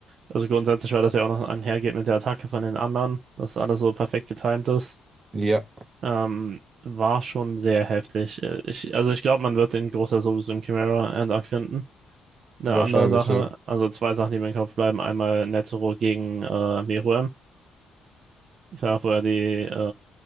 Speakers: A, on the right; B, on the right.
A: Also grundsätzlich, weil das ja auch noch einhergeht mit der Attacke von den anderen, dass alles so perfekt getimt ist,
B: Ja,
A: ähm, war schon sehr heftig. Äh, Ich, also ich glaube, man wird den Großteil sowieso im Chimera Andark finden. Eine
B: wahrscheinlich,
A: andere Sache,
B: ja.
A: also zwei Sachen, die mir im Kopf bleiben. Einmal Netero gegen äh, Meruem. Ich sag vorher die, äh,